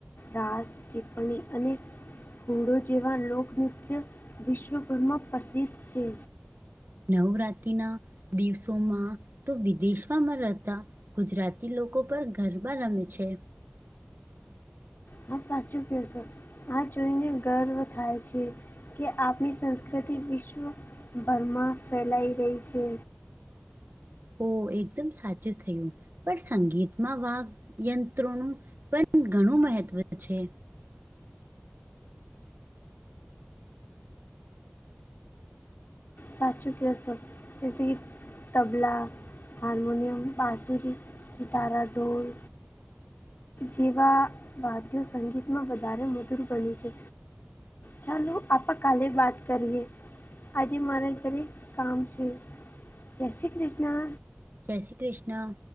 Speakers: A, on the left; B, on the right.
A: રાસ ચીપણી અને ઘોડો જેવા લોકનૃત્ય વિશ્વભરમાં પ્રસિદ્ધ છે
B: નવરાત્રિના દિવસોમાં તો વિદેશમાંમાં રહેતા ગુજરાતી લોકો પર ગરબા રમે છે
A: હા સાચું કહ છ આ જોઈને ગર્વ થાય છે કે આપની સંસ્કૃતિ વિશ્વભરમાં ફેલાઈ રહી છે
B: હો એકદમ સાચું થયું પણ સંગીતમાં વાઘયંત્રોનું પણ ઘણું મહત્વ છે
A: સાચ ચુકી સૌ જૈસે કે તબલા હારમોનિયમ બાસુરી તારાઢોલ જેવા વાદ્યો સંગીતમાં વધારે મધુર બન્યું છે ચાલો આપ કાલે બાત કરીએ આજે મારે રેક કામ છે જૈસે કૃષ્ણ
B: જય શ્રી કૃષ્ણ